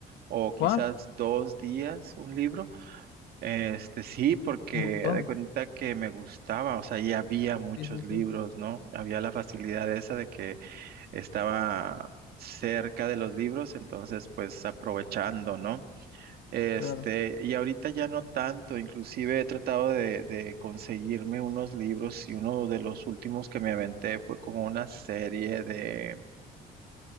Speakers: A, on the right; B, on the left.
A: o quizás
B: ¿Cuá?
A: dos días un libro. Este, sí, porque
B: Un montón.
A: haz de cuenta que me gustaba, o sea, ya había muchos
B: Sí, sí,
A: libros,
B: sí.
A: ¿no? Había la facilidad esa de que estaba cerca de los libros, entonces pues aprovechando, ¿no? Este,
B: Claro,
A: y ahorita ya no tanto, inclusive he tratado de, de conseguirme unos libros y uno de los últimos que me aventé fue como una serie de...